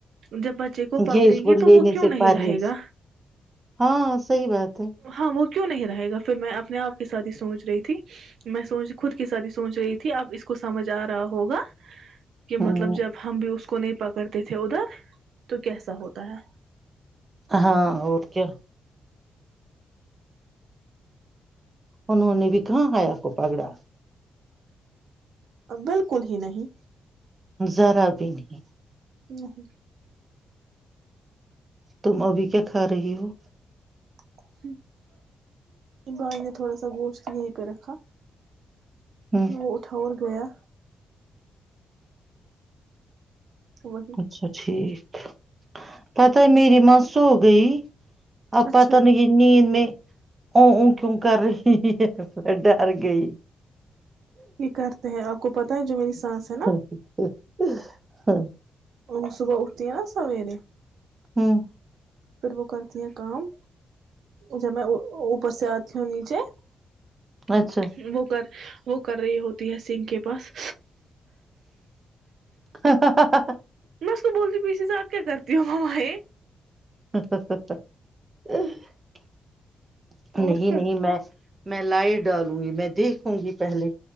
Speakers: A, on the right; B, on the right.
A: جب بچے کو پکڑیں
B: کہ اس کو
A: گے تو
B: لینے
A: وہ کیوں
B: سے
A: نہیں
B: پرہیز
A: رہے گا
B: ہاں صحی بات ہے
A: ہاں وہ کیوں نہیں رہے گا پھر میں اپنے آپ کے ساتھ ہی سوچ رہی تھی میں سوچ خود کے سات ہی سوچ رہی تھی اب اس کو سمجھ آ رہا ہوگا کہ
B: ہمم
A: مطلب جب ہم بھی اس کو نہیں پکڑتے تھے ادھر تو کیسا ہوتا ہے
B: ہاں اور کیا انہوں نے بھی کہاں حیا کو پگڑا
A: بالکل ہی نہیں
B: ذرا بھی نہیں
A: <inaudible>
B: تم ابھی کیا کھا رہی ہو
A: <inaudible> <unintelligible> تھوڑا سا گوشت یہی پیے رکھا
B: ہمم
A: وہ اٹھا اور ہویا وہی
B: اچھا ٹھیک پتا ہے میری میں سو گئی اب
A: اچھا
B: پتانہیں میں ا ا کیوں کر رہی ہے میں ڈر گئی
A: یہ کرتے ہیں آپ کو پتا پتا ہے جو میری سانس
B: <inaudible>
A: ہے نا وہ صبح اٹھتی ہے نا سویرے ر
B: ہمم
A: پھر وہ کرتی ہیں کام جب میں اوپر سے آتی ہوں نیچے
B: اچھا
A: وہ کر وہ کر رہی ہوتی ہے سنگھ کے پاس
B: ہا ہا ہا
A: میں اس کو بولتی ہوں پیچے سے آپ کیا کرتی ہو مما ییے
B: <inaudible> نہیں
A: اور کیا
B: نہیں میں میں لائٹ ڈالوں گی میں دیکھوں گی پہلے